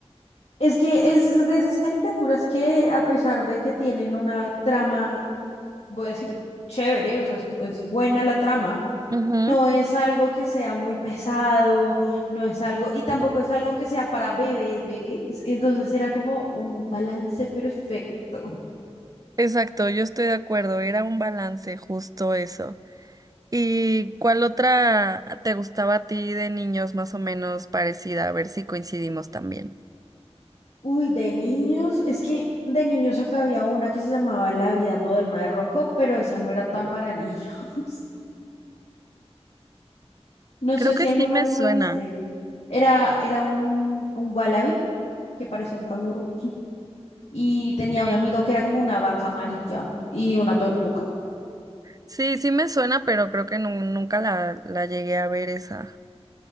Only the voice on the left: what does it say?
Es que es de esas caricaturas que, a pesar de que tienen una trama, voy a decir, chévere, o sea, es es buena la trama,
no es algo que sea muy pesado, no es algo, y tampoco es algo que sea para bebés, bebés. Entonces era como un balance perfecto.
Uy, de niños, es que de niños acá había una que se llamaba La vida moderna de Rocco, pero esa no era tan para niños. <laughs> No
sé
si alguna
vez
la viste. Era, era un, un wallaby que parecía un canguro y tenía
un amigo que era como una vaca amarilla y una tortuga.